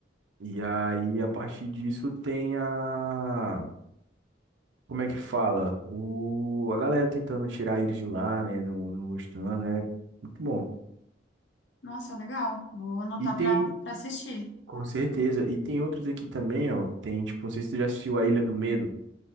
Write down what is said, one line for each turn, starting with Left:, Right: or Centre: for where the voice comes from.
Right: E aí, a partir disso, tem a. Como é que fala? O... A galera tentando tirar eles de lá, né? Não, não gostando, é muito bom.
Left: Nossa, legal. Vou anotar
Right: E tem,
Left: pra para assistir.
Right: com certeza, e tem outros aqui também, ó. Tem, tipo, não sei se tu já assistiu A Ilha do Medo.